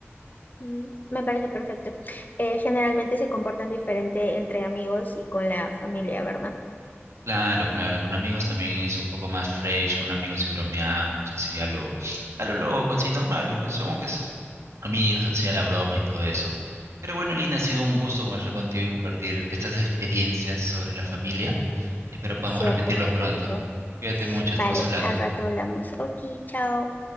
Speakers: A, on the left; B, on the right.
A: Mm, Me parece perfecto. Eh, generalmente se comportan diferente entre amigos y con la familia, ¿verdad?
B: Claro, claro, con amigos también es un poco más fresh, con amigos y bromeamos, así a lo, a lo loco, así normal, pues, pues, somos pues, amigos, así a la broma y todo eso. Pero bueno, Lina, ha sido un gusto conversar contigo y compartir estas experiencias sobre la familia. Espero podamos
A: Es cierto,
B: repetirlo
A: un
B: pronto.
A: gusto.
B: Cuídate mucho,
A: Vale,
B: estamos hablando.
A: al rato hablamos. Ok, chao.